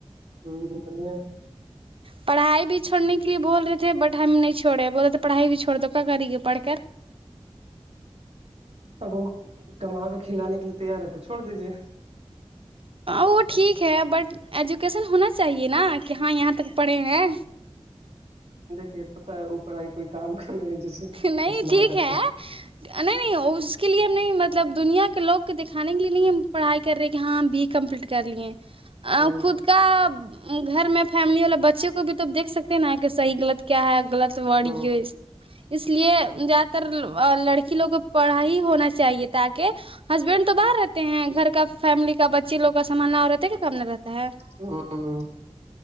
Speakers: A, on the right (about 80°); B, on the right (about 55°).
A: ہوں بڑھیا
B: پڑھائی بھی چھوڑنے کے لیے بول رہے تھے بٹ ہم نہیں چوڑے بول رہے تھے پڑھائی بھی چھوڑ دو کیا کری گے پڑ کر
A: اب وہ کما کے کھلانے کے لیے تیار ہےتے چھوڑ دیجیے
B: وہ ٹھیک ہے بٹ ایجوکیسن ہونا چاہیے نا کہ ہاں یہاں تک پڑھے ہیں
A: دیکھیے پت ہے وہ پڑھائی کوئی کام کرنے جس سے کچھ
B: نہیں ٹھیک
A: نہ کر
B: ہے
A: سکے
B: نہیں نہیں اس کے لیے ہم نہیں مطلب دنیا کے لوگ کو دیککھانے کے لیے نہیں ہم پڑھائی کر رہے کہ ہاں بی کمپلیٹ کر لیے آ
A: ہ
B: خود کا گھر میں فیملی والے بچوں کو بھی تو دیکھ سکتے ہیں نا کہ صحیحغط کیا ہے غلط توڑیس
A: ہ
B: اس لیے زیادہ تر لڑکی لوگوں پڑھائی ہی ہونا چاہیے تاکہ ہسبینڈ تو باہر رہتے ہیں گھر کا فیملی کا بچی لوگ کا سنھالنا اور رہتا ہے کیا کام نہیں رہتا ہے
A: ہاں ہاں